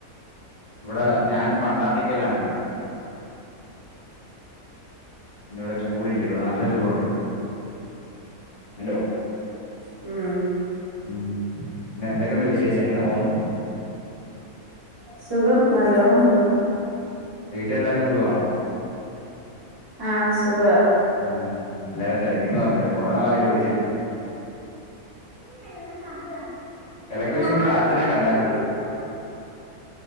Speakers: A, on the left; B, on the right.
A: ഇവടെ ഞാനിപ്പ അന്റാർട്ടിക്കയിലാണല്ലോ പിന്ന ഇവടെ ചൂടില്ലേ ഇവടെ നല്ല ചൂടുണ്ട്. ഹലോ
B: ഉം
A: ഉം പിന്നെ എന്തൊക്കെയുണ്ട് വിശേഷം എങ്ങനെ പോന്നു
B: സുഖം നല്ലോണ്ണം പോ
A: വീട്ടിലെല്ലാർക്കും സുഖാണോ
B: ആഹ് സുഖാ
A: ഉം എല്ലാരേം തെരക്കീന്ന് പറഞ്ഞരെ കൊറെ നാളായില്ലേ വിളിച്ചിട്ട്
B: <unintelligible>
A: ഇടയ്ക്ക്
B: <unintelligible>
A: വെച്ച് നിങ്ങടെ അച്ഛനെ കണ്ടായിരുന്നു